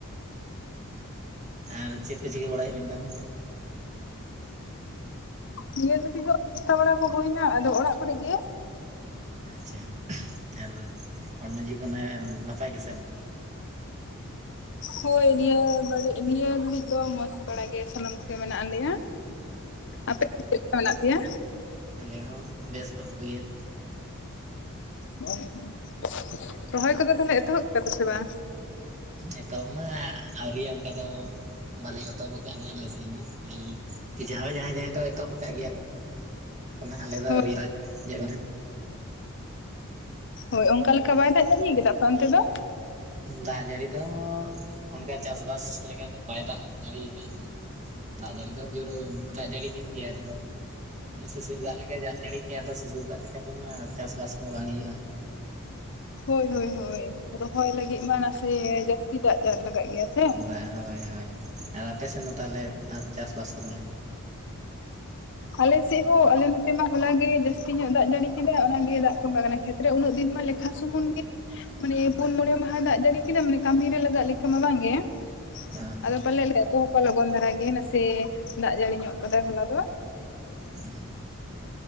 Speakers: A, on the right; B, on the left.
A: ᱟᱨ ᱪᱮᱫ ᱯᱮ ᱪᱤᱠᱟᱹ ᱵᱟᱲᱟᱭᱮᱜ ᱵᱤᱱ ᱛᱟᱞᱦᱮ?
B: ᱱᱤᱭᱟᱹ ᱫᱷᱟᱹᱵᱤᱡ ᱫᱚ ᱱᱟᱥᱛᱟ ᱵᱟᱲᱟ ᱠᱚ ᱦᱩᱭᱱᱟ ᱟᱫᱚ ᱚᱲᱟᱜ ᱠᱚᱨᱮ ᱜᱮ᱾
A: ᱟᱪᱪᱷᱟ, ᱟᱨ ᱦᱚᱲᱢᱚ ᱡᱤᱣᱤ ᱠᱚ ᱱᱟᱭ ᱱᱟᱯᱟᱭ ᱜᱮ ᱥᱮᱱ?
B: ᱦᱳᱭ ᱱᱤᱭᱟᱹ ᱵᱟᱹᱲᱤᱡ, ᱱᱤᱭᱟᱹ ᱜᱷᱟᱹᱲᱤᱡ ᱫᱚ ᱢᱚᱸᱡᱽ ᱵᱟᱲᱟ ᱜᱮ ᱥᱟᱱᱟᱢ ᱠᱚᱜᱮ ᱢᱮᱱᱟᱜ ᱞᱮᱭᱟ᱾ ᱟᱯᱮ ᱫᱚ ᱪᱮᱜᱠᱟ ᱦᱮᱱᱟᱜ ᱯᱮᱭᱟ?
A: ᱟᱞᱮ ᱦᱚᱸ ᱫᱮᱥ ᱫᱚ ᱵᱩᱜᱤᱭᱟ᱾
B: ᱦᱳᱭ ᱦᱳᱭ, ᱨᱚᱦᱚᱭ ᱠᱚᱫᱚ ᱛᱟᱞᱦᱮ ᱮᱛᱚᱦᱚᱵ ᱠᱮᱫᱟ ᱯᱮ ᱥᱮ ᱵᱟᱝ?
A: ᱮᱛᱚᱦᱚᱵ ᱢᱟ ᱟᱹᱣᱨᱤᱭᱟ ᱚᱝᱠᱟ ᱫᱚ᱾ ᱵᱟᱞᱤᱧ ᱮᱛᱚᱦᱚᱵ ᱟᱠᱟᱜ-ᱟ ᱱᱟᱜ ᱟᱞᱮ ᱥᱮᱫ ᱦᱚᱸ, ᱟᱹᱞᱤᱧ ᱠᱤ ᱡᱟᱦᱟᱸᱭ ᱡᱟᱦᱟᱸᱭ ᱡᱟᱦᱟᱸᱭ ᱫᱚ ᱮᱛᱚᱦᱚᱵ ᱟᱠᱟᱜ ᱜᱮᱭᱟ ᱠᱚ᱾ ᱠᱟᱱᱟ ᱟᱞᱮ ᱫᱚ
B: ᱦᱳᱭ
A: ᱟᱣᱨᱤᱭᱟ ᱧᱮᱞᱟ᱾
B: ᱦᱳᱭ, ᱚᱝᱠᱟ ᱞᱮᱠᱟ ᱵᱟᱭ ᱫᱟᱜ ᱡᱟᱹᱲᱤᱭ ᱠᱟᱫᱟ ᱟᱯᱮ ᱚᱱᱛᱮ ᱫᱚ?
A: ᱫᱟᱜ ᱡᱟᱹᱲᱤ ᱫᱚ ᱚᱱᱠᱟ ᱪᱟᱥᱵᱟᱥ ᱞᱮᱠᱟ ᱫᱚ ᱵᱟᱭ ᱫᱟᱜ ᱡᱟᱲᱤᱭ ᱠᱟᱜ ᱱᱟᱜ᱾ ᱫᱟᱜ ᱡᱟᱹᱲᱤ ᱫᱚ ᱡᱩᱨᱟᱹ ᱫᱟᱜ ᱡᱟᱹᱲᱤ ᱠᱮᱫ ᱜᱮᱭᱟ ᱟᱫᱚ ᱥᱤᱥᱤᱨ ᱫᱟᱜ ᱞᱮᱠᱟᱭ ᱫᱟᱜ ᱡᱟᱹᱲᱤ ᱠᱮᱜ-ᱟ ᱟᱫᱚ ᱥᱤᱥᱤᱨ ᱫᱟᱜ ᱞᱮᱠᱟ ᱛᱮᱢᱟ ᱪᱟᱥᱵᱟᱥ ᱠᱚᱢᱟ ᱵᱟᱝ ᱦᱩᱭᱩᱜ-ᱟ᱾
B: ᱦᱳᱭ ᱦᱳᱭ ᱦᱳᱭ, ᱨᱚᱦᱚᱭ ᱞᱟᱹᱜᱤᱫ ᱢᱟ ᱱᱟᱥᱮ ᱡᱟᱹᱥᱛᱤ ᱫᱟᱜ ᱡᱟᱲ ᱞᱟᱜᱟᱜ ᱜᱮᱭᱟ ᱥᱮ᱾
A: ᱵᱟ, ᱦᱳᱭ ᱦᱳᱭ᱾ ᱟᱨ ᱟᱯᱮ ᱥᱮᱱ ᱫᱚ ᱛᱟᱦᱞᱮ ᱟ ᱪᱟᱥᱵᱟᱥ ᱠᱚᱫᱚ ᱱᱟᱜ?
B: ᱟᱞᱮ ᱥᱮᱜ ᱦᱚᱸ ᱟᱞᱮ ᱱᱚᱛᱮ ᱢᱟ ᱦᱚᱞᱟ ᱜᱮ ᱡᱟᱹᱥᱛᱤ ᱧᱚᱜ ᱫᱟᱜ ᱡᱟᱹᱲᱤ ᱠᱮᱫᱟ ᱚᱱᱟ ᱜᱮ ᱫᱟᱜ ᱛᱚᱸᱵᱟ ᱠᱟᱱᱟ᱾ ᱠᱷᱮᱛ ᱨᱮ ᱩᱱᱟᱹᱜ ᱫᱤᱱ ᱢᱟ ᱞᱮᱠᱷᱟ ᱥᱩᱢᱩᱱ ᱜᱮ ᱢᱟᱱᱮ ᱯᱩᱱ ᱢᱚᱬᱮ ᱢᱟᱦᱟ ᱫᱟᱜ ᱡᱟᱹᱲᱤ ᱠᱮᱫᱟ ᱢᱟᱱᱮ ᱠᱟᱢᱤ ᱨᱮ ᱞᱟᱜᱟᱜ ᱞᱮᱠᱟ ᱢᱟ ᱵᱟᱝ ᱜᱮ᱾
A: ᱚ ᱦᱚᱸ
B: ᱟᱫᱚ ᱯᱟᱞᱮᱫ ᱞᱮ ᱮᱛᱚᱦᱚᱵᱟ ᱞᱚᱜᱚᱱ ᱫᱷᱟᱨᱟ ᱜᱮ ᱱᱟᱥᱮ ᱫᱟᱜ ᱡᱟᱹᱲᱤ ᱧᱚᱜ ᱠᱟᱫᱟᱭ ᱦᱚᱞᱟ ᱫᱚ᱾
A: ᱦᱩᱸ